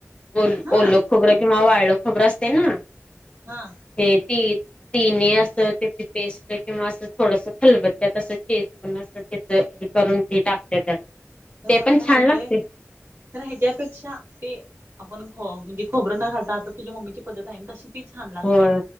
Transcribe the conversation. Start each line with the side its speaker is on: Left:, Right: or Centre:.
Left: ओल
Right: हा
Left: ओल्लं खोबरं किंवा वाळलं खोबरं असते ना
Right: हा.
Left: ते ती तिने असं त्याची पेस्ट किंवा असं थोडसा खलबत्यात असं चेज म असं हे करून ते टाकते त्यात
Right: तर
Left: ते
Right: मला
Left: पण
Right: काय
Left: छान
Right: वाटतंय
Left: लागते
Right: तर ह्याच्यापेक्षा ते आपण ख म्हणजे खोबरं न घालता आता तुझ्या मम्मीची पद्धत आहे आणि तशी ती छान लागते
Left: होय